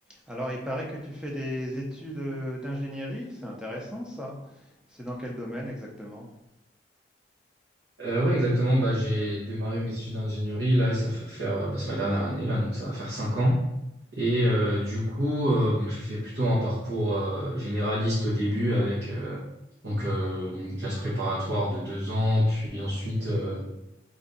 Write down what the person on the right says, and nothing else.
Euh, ouais, exactement. Bah, j'ai démarré mes études d'ingénierie. Là, et ça fait faire, euh, bah, c'est ma dernière année, là, donc ça va faire cinq ans. Et euh, du coup, euh, bon, j'ai fait plutôt un parcours euh, généraliste au début avec euh, donc euh, une classe préparatoire de deux ans, puis ensuite euh,